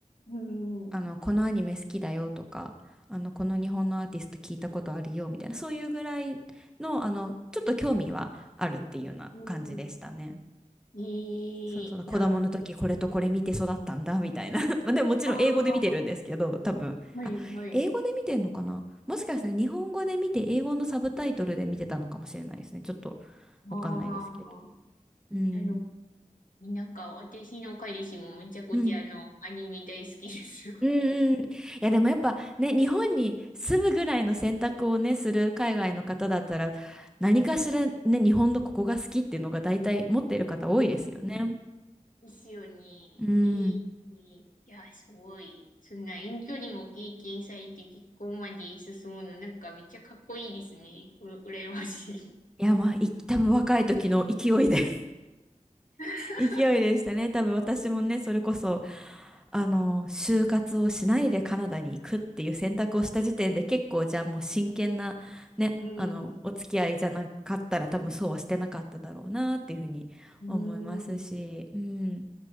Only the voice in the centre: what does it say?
あの、このアニメ好きだよとか、あの、この日本のアーティスト聞いたことあるよみたいな、そういうぐらいの、あの、ちょっと興味はあるっていうような感じでしたね。
そうそう、子供の時これとこれ見て育ったんだみたいな。
<laughs> まあでももちろん英語で見てるんですけど、
多分。
あ、
英語で見てんのかなもしかしたら日本語で見て英語のサブタイトルで見てたのかもしれないですね。ちょっと
わかんないですけど。うん。
うん。
うんうん。いやでもやっぱね、日本に住むぐらいの選択をね、する海外の方だったら、何かしらね、日本のここが好きっていうのが大体持っている方多いですよね。
うん。
いやまあ、い多分若い時の勢いで
勢いでしたね。多分私もね、それこそ、あの、就活をしないでカナダに行くっていう選択をした時点で結構じゃあもう真剣なね、
あの、お付き合いじゃなかったら多分そうはしてなかっただろうなっていうふうに思いますし、
うん。